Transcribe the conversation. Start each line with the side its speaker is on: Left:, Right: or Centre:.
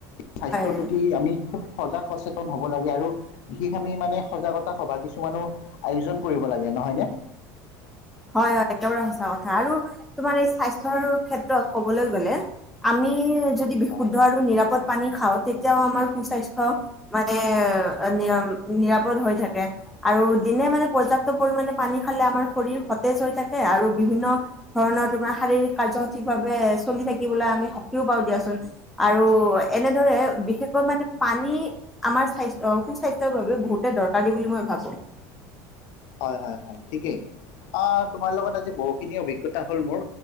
Left: স্বাস্থ্যৰ
Centre: হয়
Left: প্ৰতি আমি খুব সজাগ সচেতন হ'ব লাগে আৰু বিশেষ আমি মানে সজাগতা সভা কিছু মানো আয়োজন কৰিব লাগে নহয় নে।
Centre: হয় হয় একদম সঁচা কথা আৰু তোমাৰ এই স্বাস্থ্যৰ ক্ষেত্ৰত ক'বলৈ গ'লে আমি যদি বিশুদ্ধ
Left: মানে
Centre: আৰু নিৰাপদ পানী খাওঁ তেতিয়াও আমাৰ সুস্বাস্থ্য মানে নিৰা নিৰাপদ হৈ থাকে আৰু দিনে মানে পৰ্যাপ্ত পৰিমাণে পানী খালে আমাৰ শৰীৰ স তেজ হৈ থাকে আৰু বিভিন্ন ধৰণৰ তোমাৰ শাৰীৰিক কাৰ্য সঠিক ভাৱে চলি থাকিব আমি সক্ৰিয় হব দিয়াচোন, আৰু এনে ধৰে বিশেষকৈ মানে পানী আমাৰ স্বাস্থ্য সুস্বাস্থ্যৰ বাবে বহুতে দৰকাৰী বুলি মই ভাবোঁ।
Left: হয় হয় হয় ঠিকেই। অ তোমাৰ লগত আজি বহুখিনি অভিজ্ঞতা হ'ল মোৰ